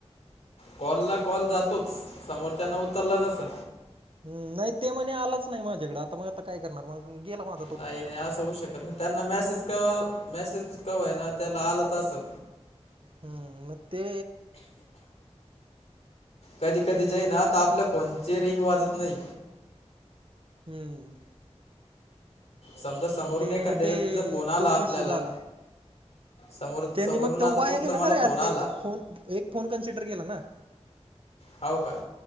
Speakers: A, on the left; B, on the right.
A: कॉल ला कॉल जातोच समोरच्यान उचलला नसल.
B: हुं नाही ते म्हणे आलाच नाही माझ्याकड आता मग आता काय करणार मग गेला मा
A: नाही नाही असं होऊ शकत नाही त्यांना मेसेज क मेसेज का होईना त्याना आलंच असेल.
B: हम्म म ते
A: कधी कधी जे ए ना आता आपल्या फोनची रिंग वाजत नाही.
B: हम्म.
A: समजा समोरून
B: मग ते
A: एखांद्या
B: न ते
A: व्यक्तीचा फोन आला
B: तोच
A: आपल्याला
B: इश्यू झाला.
A: समोर
B: त्यांनी
A: समोरून
B: मग तो
A: आता
B: वाया
A: तुमचा
B: केेला
A: मला
B: ना रे
A: फोन
B: अर
A: आला
B: ते फोन एक फोन कन्सिडर केला ना.
A: हाव का.